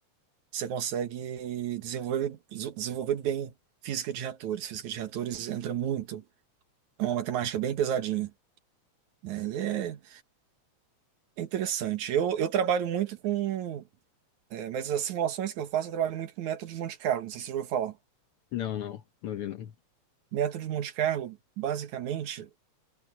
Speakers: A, on the right; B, on the left.
A: você consegue desenvolver, desu- desenvolver bem física de reatores. Física de reatores entra muito, é uma matemática bem pesadinha, né? Ele É é interessante. Eu, eu trabalho muito com, eh, mas as simulações que eu faço, eu trabalho muito com método de Monte Carlo, não sei se você já ouviu falar.
B: Não, não, não vi não.
A: Método de Monte Carlo, basicamente,